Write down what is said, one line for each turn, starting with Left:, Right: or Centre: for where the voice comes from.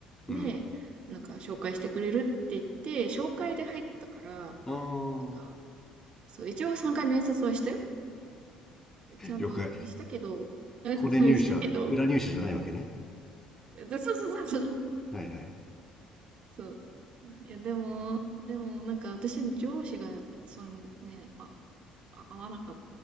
Left: うん。
Right: で、なんか紹介してくれるって言って、紹介で入ったから、
Left: ああ、
Right: なんか、そう、一応3回面接はしたよ。ちゃんとしたけど、
Left: 了解。
Right: <laughs> うんしたけど、
Left: これ入社、裏入社じゃないわけね。
Right: そうそうそうそう。
Left: はいはい。
Right: そう。いや、でも、でも、なんか私、上司が、そのね、あ、あ合わなかっ